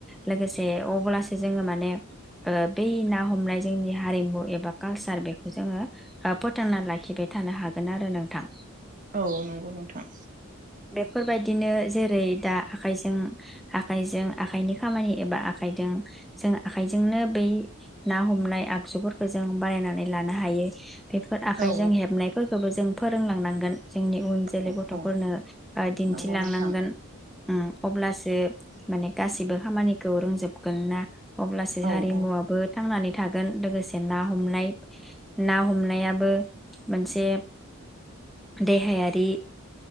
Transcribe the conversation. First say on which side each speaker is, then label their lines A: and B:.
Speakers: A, in the centre; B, on the right (about 40°).
A: लोगोसे अब्लासो जोङो माने ओ बै ना हमनाय जोंनि हारिमु एबा कालसार बेखौ जोङो फोथांना लाखिबाय थानो हागोन आरो नोंथां।
B: औ नंगौ नोंथां
A: फोरबायदिनो जेरै- दा खाइजों आखाइजों आखाइनि खामानि एबा आखाइजों जों आखाइजोंनो बै ना हमनाय आगजुफोरखौ जों बानायनानै लानो हाय बेफोर आखाइजों
B: औ
A: हेबनायफोर गोबो जों फोर फोरोंलांनांगोन जोंनि उन जोलै
B: औ
A: गथफोरनो
B: औ
A: ओ दिन्थिलांनांगोन।
B: नंगौ नोंथां
A: ओम अब्लासो माने गासिबो खामानिखौ रोंजोबगोन ना अब्लासो
B: औ
A: हारिमुवाबो
B: औ
A: थांनानै थागोन लोगोसे ना हनाय ना हमनाया बो मोनसे देहायारि